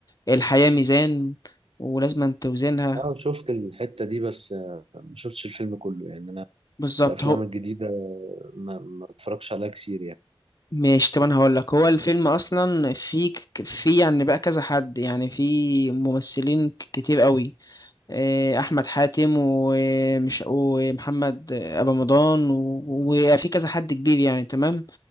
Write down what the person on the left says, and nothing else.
الحياة ميزان ولازم توزنها
بالظبط
هو
ماشي طب انا هقول لك هو الفيلم اصلا في ك- في يعني بقى كذا حد يعني في ممثلين ك- كتير قوي آه، احمد حاتم ومش ومحمد ابو رمضان و- وفي كذا حد كبير يعني تمام